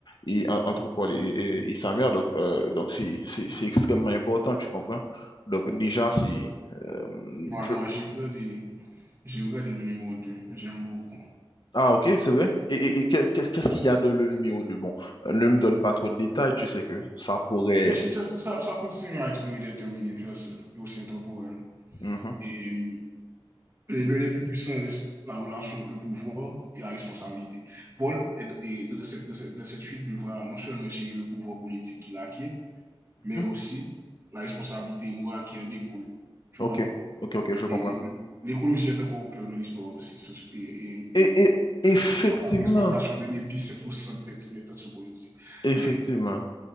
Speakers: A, on the left (about 55°); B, on the right (about 30°).
A: et en- entre Paul et, et- et sa mère. Donc, euh, donc c'est, c'est, c'est extrêmement important, tu comprends? Donc déjà, c'est... euh,
B: moi, moi j'ai regardé, j'ai regardé le numéro deux j'aime beaucoup.
A: Ah, ok, c'est vrai. Et, et- et qu'est- qu'est-ce qu'est-ce qu'il y a de le numéro 2? Bon, euh, ne me donne pas trop de détails, tu sais que ça pourrait.
B: ça, ça, ça continue à explorer des thèmes universels et aussi intemporels.
A: Mhm,
B: Et les lieux les plus puissants reste la relation, le pouvoir et la responsabilité. Paul, est, est- dans, cette, dans cette- dans cette suite, devra non seulement gérer le pouvoir politique qu'il a acquis, mais
A: mhm.
B: aussi la responsabilité morale qui en découle. Tu
A: Ok,
B: vois?
A: ok, ok, je comprends.
B: Et, et l'écologie est encore au cœur de l'histoire aussi. Ce- Et, et-
A: Et,
B: et
A: et effectivement,
B: l'exploitation de l'épice est au centre des, des tensions politiques.
A: effectivement.
B: Mais,